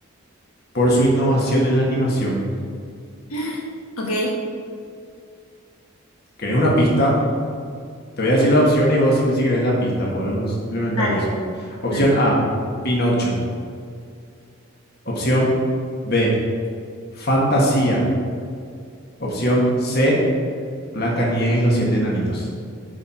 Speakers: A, on the left; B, on the left.
A: por su innovación en la animación?
B: <gasps> Ok,
A: ¿Querés una pista? Te voy a decir la opción y vos decime si querés la pista, podés implementar
B: dale,
A: eso. Opción
B: dale.
A: A, Pinocho. Opción B, Fantasía. Opción C, Blancanieves y los siete enanitos.